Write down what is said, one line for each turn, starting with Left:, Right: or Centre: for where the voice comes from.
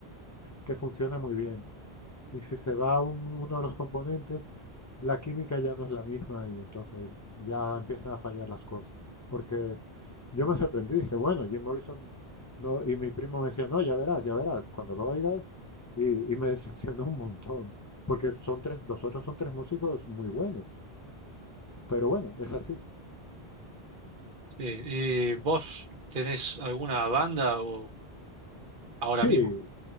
Left: que funciona muy bien. Y si se va un- uno de los componentes, la química ya no es la misma y entonces ya empiezan a fallar las cosas. Porque yo me sorprendí, dije, bueno, Jim Morrison, no, y mi primo me decía, no, ya verás, ya verás, cuando lo oigas, y, y me <laughs> decepcionó un montón, porque son tres, los otros son tres músicos muy buenos, pero bueno, es así.
Right: sí. ¿Y vos tenés alguna banda o ahora
Left: Sí,
Right: mismo?